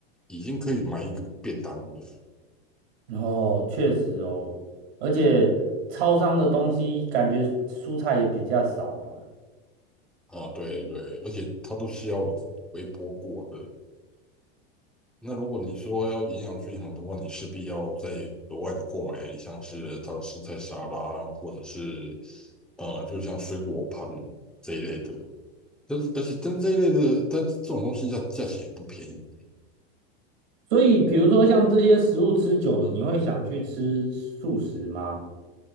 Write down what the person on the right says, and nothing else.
哦，确实哦，而且超商的东西感觉蔬菜也比较少啊，
所以比如说像这些食物吃久了，你会想去吃素食吗？